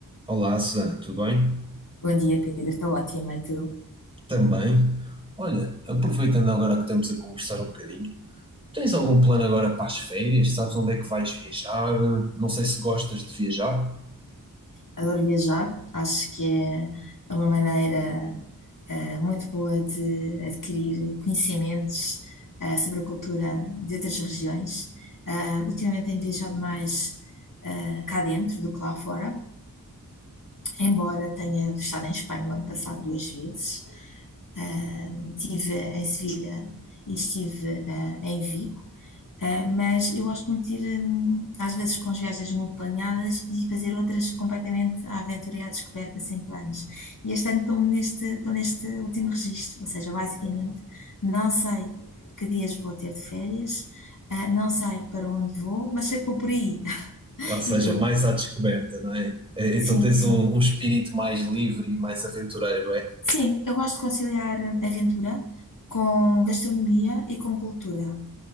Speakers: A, on the right (about 15°); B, on the left (about 60°).
A: Olá, Susana, tudo bem?
B: Bom dia, Pedro. Estou ótima. E tu?
A: Também. Olha, aproveitando agora que estamos a conversar um bocadinho, tens algum plano agora para as férias? Sabes onde é que vais viajar? Não sei se gostas de viajar.
B: Adoro viajar. Acho que é é uma maneira eh, muito boa de adquirir conhecimentos eh, sobre a cultura de outras regiões. Ah, ultimamente tenho viajado mais ah, cá dentro do que lá fora, embora tenha estado em Espanha o ano passado duas vezes. Ah, estive em Sevilha e estive ah, em Vigo. Ah, mas eu gosto muito de ir, hum, às vezes, com as viagens muito planeadas e fazer outras completamente à aventura e à descoberta, sem planos. E este ano estou neste, estou neste último registro, ou seja, basicamente, não sei que dias vou ter de férias, ah, não sei para onde vou, mas sei que vou por aí. <laughs>
A: Ou seja,
B: E tu?
A: mais à descoberta, não é? Eh, Então
B: Sim,
A: tens
B: sim.
A: um, um espírito mais livre e mais aventureiro, é?
B: Sim, eu gosto de conciliar hum, aventura com gastronomia e com cultura.